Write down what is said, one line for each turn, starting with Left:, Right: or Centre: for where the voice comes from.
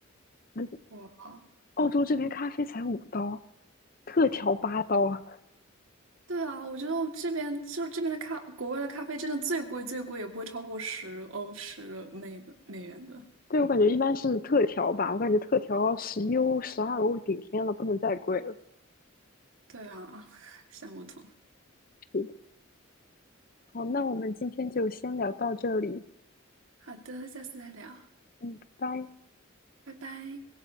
Left: 那
Right: 哇，
Left: 澳洲这边咖啡才五刀，特调八刀啊。
Right: <laughs> 对啊，我觉得我这边就是这边的咖，国外的咖啡真的最贵，最贵也不会超过十欧十美的美元的。
Left: 对，我感觉一般是特调吧，我感觉特调十一欧、十二欧顶天了，不能再贵了。
Right: 对啊，<laughs> 想不通。
Left: 是的好，那我们今天就先聊到这里，
Right: 好的，下次再聊，
Left: 嗯，拜拜。
Right: 拜拜。